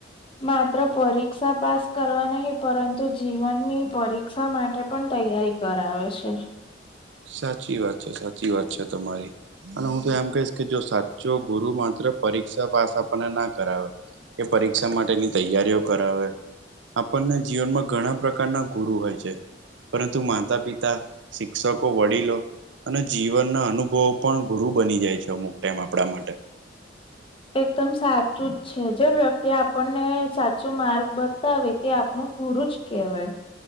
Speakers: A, on the left; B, on the right.
A: માત્ર પરીક્ષા પાસ કરવા નહી પરંતુ જીવનની પરી રીક્ષા માટે પણ તૈયારી કરાવે છે.
B: સાચી વાત છે સાચી વાત છે તમારી. અને હું તો એમ કહીશ કે જો સાચો ગુરુ માત્ર પરીક્ષા પાસ આપને ના કરાવે કે પરીક્ષા માટેની તૈયારીઓ કરાવે. આપણને જીવનમાં ઘણા પ્રકારના ગુરુ હોય છે. પરંતુ માતા, પિતા, શિક્ષક વડીલો અને જીવનના અનુભવો પણ ગુરુ બની જાય છે અમુક ટાઈમ આપણા માટે.
A: એકદમ સાચું જ છે. જો વ્યક્તિ આપણને સાચું માર્ગ બતાવે તે આપણું ગુરું જ કેહવાય.